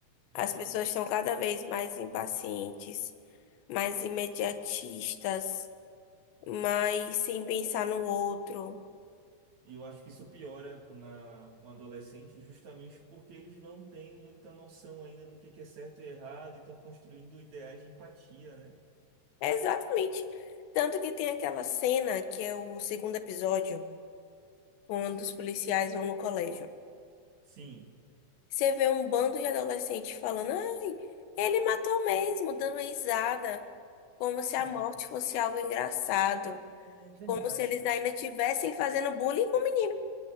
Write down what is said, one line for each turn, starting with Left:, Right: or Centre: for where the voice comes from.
Right: É,
Left: As
Right: eu
Left: pessoas
Right: também.
Left: estão cada vez mais impacientes, mais imediatistas, mais sem pensar no outro.
Right: E eu acho que isso piora com, na, com adolescente justamente porque eles não têm muita noção ainda do que é que é certo e errado e estão construindo ideais de empatia, né?
Left: É exatamente. Tanto que tem aquela cena que é o segundo episódio, quando
Right: Sim,
Left: os policiais vão no colégio.
Right: Sim,
Left: Você vê um bando de adolescentes falando: ai, ele matou mesmo, dando risada, como se
Right: sim.
Left: a morte fosse algo engraçado,
Right: é verdade.
Left: como se eles ainda estivessem fazendo bullying com o menino.